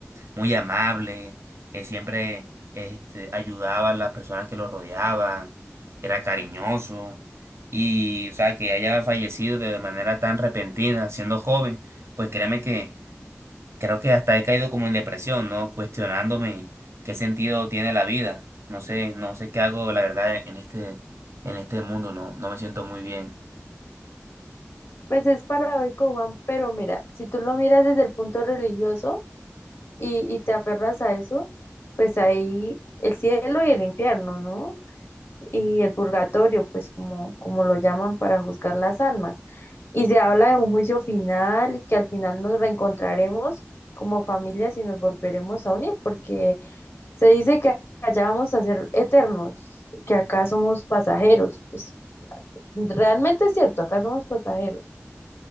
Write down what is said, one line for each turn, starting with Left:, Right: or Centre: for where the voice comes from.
Right: muy amable, que siempre este, ayudaba a las personas que lo rodeaban, era cariñoso. Y, o sea, que haya fallecido de manera tan repentina, siendo joven, pues créeme que creo que hasta he caído como en depresión, ¿no? Cuestionándome qué sentido tiene la vida. No sé, no sé qué hago, la verdad, en este, en este mundo, no, no me siento muy bien.
Left: Pues es paradójico, Juan, pero mira, si tú lo miras desde el punto religioso, y, y te aferras a eso, pues ahí el cielo y el infierno, ¿no? Y el purgatorio, pues como, como lo llaman para juzgar las almas. Y se habla de un juicio final y que al final nos reencontraremos como familias y nos volveremos a unir, porque se dice que allá vamos a ser eternos, que acá somos pasajeros. Pues realmente es cierto, acá somos pasajeros